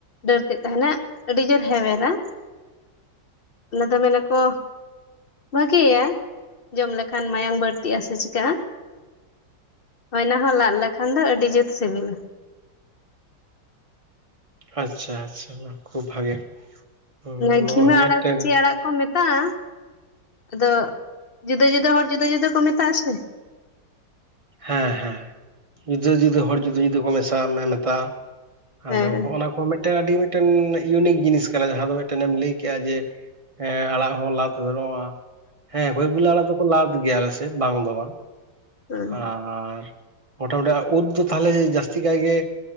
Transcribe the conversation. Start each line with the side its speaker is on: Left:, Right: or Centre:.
Left: ᱰᱟᱹᱨ ᱛᱮᱫ ᱛᱟᱦᱮᱱᱟ ᱟᱹᱰᱤ ᱡᱳᱨ ᱦᱮᱣᱮᱨᱟ ᱚᱱᱟ ᱫᱚ ᱢᱮᱱᱟ ᱠᱚ ᱵᱷᱟᱜᱮ ᱭᱟ ᱡᱚᱢ ᱞᱮᱠᱷᱟᱱ ᱢᱟᱭᱟᱝ ᱵᱟᱹᱲᱛᱤᱜ-ᱟ ᱥᱮ ᱪᱤᱠᱟᱹᱜ-ᱟ ᱚᱱᱟ ᱦᱚᱸ ᱞᱟᱫ ᱞᱮᱠᱷᱟᱱ ᱫᱚ ᱟᱹᱰᱤ ᱡᱩᱛ ᱥᱤᱵᱤᱞᱟ
Right: ᱟᱪᱪᱷᱟ ᱟᱪᱪᱷᱟ ᱠᱷᱩᱵ ᱵᱷᱟᱜᱮ ᱦᱩᱸ
Left: ᱞᱟᱜᱷᱤ
Right: ᱱᱚᱣᱟ
Left: ᱢᱮ
Right: ᱦᱚᱸ
Left: ᱟᱲᱟᱜ
Right: ᱢᱤᱫᱴᱮᱱ
Left: ᱥᱮ ᱪᱮᱫ ᱟᱲᱟᱜ ᱠᱚ ᱢᱮᱛᱟᱜ-ᱟ ᱟᱫᱚ ᱡᱩᱫᱟᱹ ᱡᱩᱫᱟᱹ ᱦᱚᱲ ᱡᱩᱫᱟᱹ ᱡᱩᱫᱟᱹ ᱠᱚ ᱢᱮᱛᱟᱜ-ᱟ ᱥᱮ
Right: ᱦᱮᱸ ᱦᱮᱸ ᱡᱩᱫᱟᱹ ᱡᱩᱫᱟᱹ ᱦᱚᱲ ᱡᱩᱫᱟᱹ ᱡᱩᱫᱟᱹ ᱠᱚ ᱢᱮᱥᱟᱜ ᱢᱮᱛᱟᱜ-ᱟ ᱟᱫᱚ
Left: ᱦᱮᱸ
Right: ᱦᱚᱸᱜ ᱱᱟ ᱠᱚ ᱢᱤᱫᱴᱟᱝ ᱟᱹᱰᱤ ᱢᱤᱫᱴᱟᱝ ᱤᱭᱩᱱᱤᱠ ᱡᱤᱱᱤᱥ ᱠᱟᱱᱟ ᱡᱟᱦᱟᱸ ᱫᱚ ᱢᱤᱫᱴᱮᱱ ᱮᱢ ᱞᱟᱹᱭ ᱠᱮᱫᱮᱜ-ᱟ ᱡᱮ ᱦᱮᱸ ᱟᱲᱟᱜ ᱦᱚᱸ ᱞᱟᱫ ᱜᱟᱱᱚᱜ-ᱟ ᱦᱮᱸ ᱦᱚᱭ ᱜᱩᱞᱟ ᱟᱲᱟᱜ ᱫᱚᱠᱚ ᱞᱟᱫ ᱜᱮᱭᱟ ᱟᱞᱮ ᱥᱮ ᱵᱟᱝ ᱫᱚ ᱵᱟᱝ
Left: ᱦᱮᱸ
Right: ᱟᱨ ᱢᱚᱴᱟᱢᱩᱴᱤ ᱩᱫ ᱫᱚ ᱛᱟᱦᱚᱞᱮ ᱡᱟᱹᱥᱛᱤ ᱠᱟᱭ ᱜᱮ